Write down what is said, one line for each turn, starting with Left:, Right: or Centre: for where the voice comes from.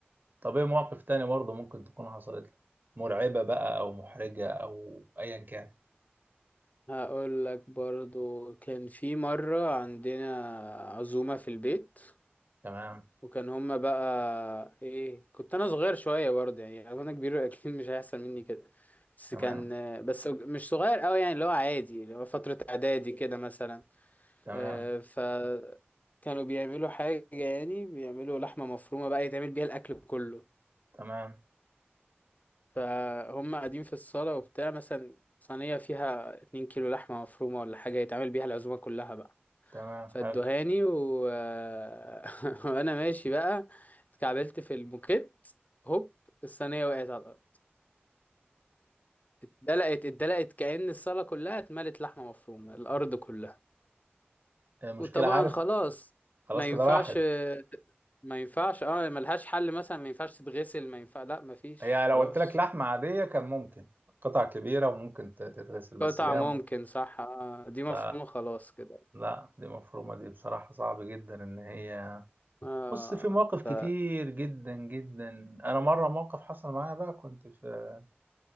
Right: طب إيه مواقف تاني برضو ممكن تكون حصلت لك مرعبة بقى أو محرجة أو أيا كان
Left: هقول لك برضو كان في مرة عندنا عزومة في البيت
Right: تمام
Left: وكان هما بقى ايه كنت انا صغير شوية برضه يعني لو انا كبير <laughs> اكيد مش هيحصل مني كده بس
Right: تمام
Left: كان بس مش صغير قوي يعني اللي هو عادي اللي هو فترة اعدادي كده مثلا
Right: تمام
Left: آه، فكانوا بيعملوا حاجة يعني بيعملوا لحمة مفرومة بقى يتعمل بيها الاكل كله
Right: تمام
Left: فهم قاعدين في الصالة وبتاع مثلا صينية فيها 2 كيلو لحمة مفرومة ولا حاجة يتعمل بيها العزومة كلها بقى
Right: تمام
Left: فادوهاني
Right: حلو
Left: و... <laughs> وانا ماشي بقى اتكعبلت في الموكيت هوب الصينيه وقعت على الارض اتدلقت اتدلقت كأن الصاله كلها اتملت لحمه مفرومه الارض كلها
Right: المشكلة
Left: وطبعا
Right: عارف
Left: خلاص
Right: خلاص
Left: ما ينفعش
Right: كده راحت
Left: ما ينفعش اه ملهاش حل مثلا ما ينفعش تتغسل ما ينفع لا ما فيش
Right: هي لو
Left: خلاص
Right: قلت لك لحمة عادية كان ممكن قطع كبيرة وممكن ت- تتغسل بس
Left: قطع
Right: لا
Left: ممكن
Right: م-
Left: صح آه دي مفهومه
Right: ف-
Left: خلاص كده
Right: لا دي مفرومة دي بصراحة صعب جدا إن هي
Left: اه
Right: بص في مواقف كتير
Left: ف اه
Right: جدا جدا أنا مرة موقف حصل معايا بقى كنت في